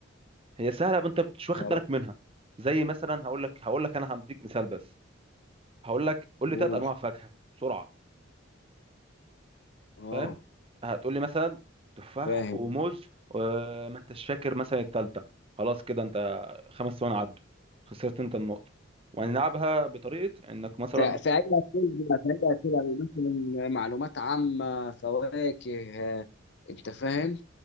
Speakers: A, on the right; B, on the left.
A: هي سهله بس انت مش واخد
B: خلاص
A: بالك منها زي مثلا هقول لك هقول لك انا هديك مثال بس هقول لك قول لي
B: قول
A: ثلاث انواع فاكهه بسرعه
B: اه
A: فاهم هتقول لي مثلا تفاح
B: فاهم
A: وموز وما انتش فاكر مثلا الثالثه خلاص كده انت خمس ثواني عدوا خسرت انت النقطه وهنلعبها بطريقه انك مثلا
B: ف- فأي أسئلة فأي أسئلة مثلا معلومات عامة فواكه آه، أنت فاهم؟